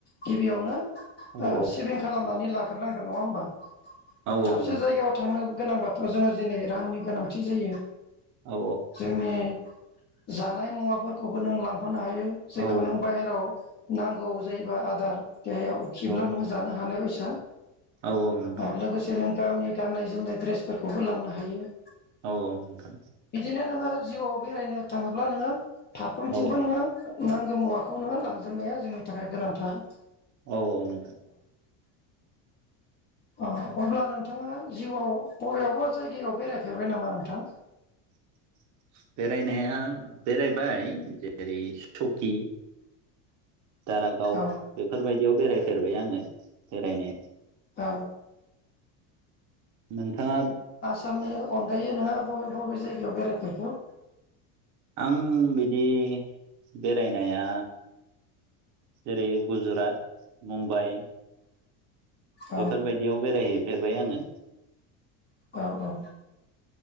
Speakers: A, on the left; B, on the right.
A: गिबियावनो
B: औ
A: ओ सेभिं खालामनानै लाग्रोनांगोन नङा होमबा?
B: औ
A: दाबसे
B: नोंथां
A: जायगायाव थांनो गोनांबाथ' जोङो दिनै रांनि गोनांथि जायो
B: औ
A: जोंनि जा जानाय मुवाफोरखौबो नों लां लांफानो हायो जेखौ
B: औ
A: नों बाहेराव नांगौ जायोबा आदार देहायाव उखैब्ला
B: औ
A: नोङो जानो हानाय बायदि।
B: औ नोंथां
A: आरो लोगोसे नों गावनि गाननाय जोमनाय ड्रेसफोरखौबो लांनो हायो।
B: औ औ नोंथां।
A: बिदिनो नोङो जिउआव बेरायनो थाङोब्ला नोङो फारफ्रोमथिंबो
B: औ
A: नोङो नांगौ मुवाखौ नोङो लांजोबनाया जोंनि थाखाय गोनांथार।
B: औ औ नोंथां।
A: अ अब्ला नोंथाङा जिउआव बबेआवबा जायगायाव बेरायफेरबाय नामा नोंथां?
B: <inaudible> बेरायनाया बेरायबाय जेरै सकि दारागाव
A: औ
B: बेफोरबायदियाव बेरायफेरबाय आङो बेरायनाय
A: औ
B: नोंथाङा
A: आसामनि अनगायै नोंथांआ बबे बबे जायगायाव बेरायखो होम?
B: आं बिदि बेरायनाया जेरै- गुजरात, मुम्बाइ
A: औ
B: बेफोरबायदियाव बेरायहैफेरबाय आङो।
A: औ औ।